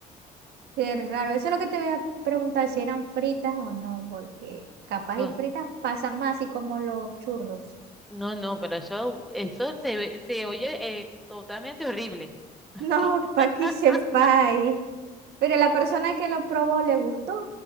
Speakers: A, on the right (about 75°); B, in the centre.
A: qué raro. Eso es lo que te voy a preguntar si eran fritas o no, porque capaz
B: No,
A: y fritas pasan más así como los churros. <laughs>
B: no, no, pero eso, eso se ve- se oye eh, totalmente horrible. <laughs>
A: No, pa' que sepáis. Pero la persona que lo probó le gustó.